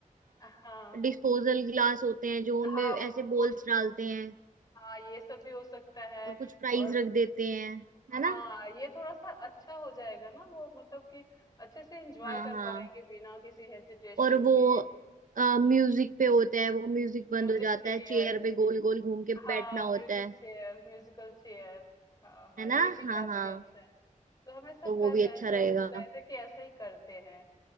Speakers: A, on the left; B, on the right.
A: हाँ
B: डिस्पोजल ग्लास होते हैं जो उनमें
A: हाँ उसको
B: ऐसे बॉल्स
A: उसको
B: डालते हैं
A: हाँ ये सब भी हो सकता है
B: और कुछ प्राइज
A: और
B: रख देते हैं है
A: हाँ
B: ना
A: ये थोड़ा सा अच्छा हो जाएगा ना वो मतलब कि अच्छे से एंजॉय
B: हाँ
A: कर
B: हाँ
A: पाएंगे बिना किसी हेजिटेशन
B: और वो
A: के
B: म्यूजिक पे होता है वो म्यूजिक
A: म्यूजिक
B: बंद हो जाता
A: चेयर
B: है चेयर पे गोल गोल घूम के
A: हाँ,
B: बैठना
A: म्यूजिक
B: होता है
A: चेयर, म्यूजिकल चेयर। हाँ, हाँ,
B: है ना
A: ये भी काफ़ी
B: हाँ हाँ
A: अच्छा है। तो हम ऐसा
B: तो वो
A: कर
B: भी
A: रहे
B: अच्छा
A: हैं, सोच
B: रहेगा
A: रहे थे कि ऐसा ही करते हैं,